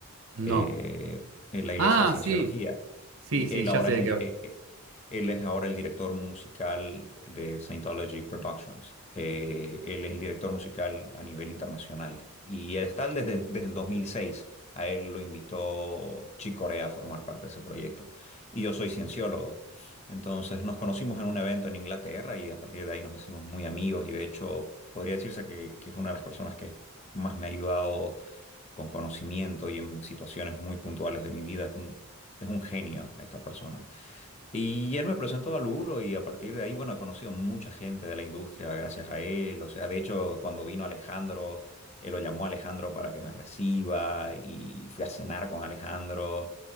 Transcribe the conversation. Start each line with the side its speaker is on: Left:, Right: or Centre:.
Right: No.
Left: Eh, en la iglesia
Right: Ah,
Left: de Cienciología.
Right: sí. Sí,
Left: Y
Right: sí,
Left: él
Right: ya
Left: ahora
Right: sé
Left: es
Right: de
Left: el,
Right: qué
Left: di-
Right: hablo.
Left: eh, eh, él es ahora el director musical de Scientology Productions. Eh, él es el director musical a nivel internacional. Y él está desde, desde el 2006. A él lo invitó Chick Corea a formar parte de ese proyecto. Y yo soy cienciólogo. Entonces nos conocimos en un evento en Inglaterra y a partir de ahí nos hicimos muy amigos y de hecho podría decirse que, que es una de las personas que más me ha ayudado con conocimiento y en situaciones muy puntuales de mi vida. Es un, es un genio esta persona. Y él me presentó a Lulo y a partir de ahí, bueno, he conocido mucha gente de la industria gracias a él. O sea, de hecho, cuando vino Alejandro, él lo llamó a Alejandro para que me reciba y fui a cenar con Alejandro.